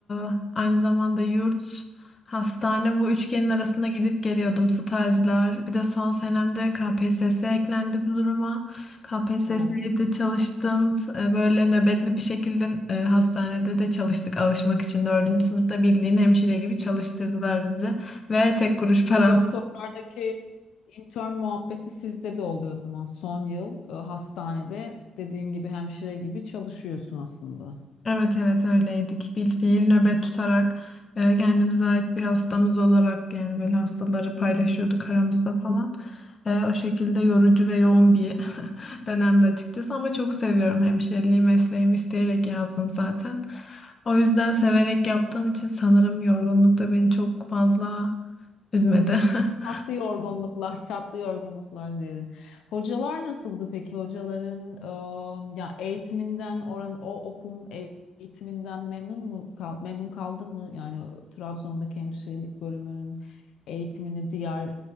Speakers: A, on the left; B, on the left.
A: e, aynı zamanda yurt, hastane bu üçgenin arasında gidip geliyordum. Stajlar. Bir de son senemde KPSS eklendi bu duruma. KPSS'ye
B: Of.
A: de çalıştım. E, böyle nöbetli bir şekilde e, hastanede de çalıştık alışmak için. Dördüncü sınıfta bildiğin hemşire gibi çalıştırdılar bizi. Ve tek kuruş
B: Bu
A: para
B: doktorlardaki intern muhabbeti sizde de oluyor o zaman. Son yıl e, hastanede dediğin gibi hemşire gibi çalışıyorsun aslında.
A: Evet evet öyleydik. Bilfiil nöbet tutarak e, kendimize ait bir hastamız olarak yani böyle hastaları paylaşıyorduk aramızda falan. E, o şekilde yorucu ve yoğun bir <laughs> dönemde açıkçası ama çok seviyorum hemşireliği mesleğimi isteyerek yazdım zaten. O yüzden severek yaptığım için sanırım yorgunluk da beni çok fazla üzmedi. <laughs>
B: Tatlı yorgunluklar, tatlı yorgunluklar diyelim. Hocalar nasıldı peki? Hocaların e, ya eğitiminden oran o okulun eğitiminden memnun mu kal- memnun kaldın mı? Yani Trabzon'daki hemşirelik bölümünün eğitimini diğer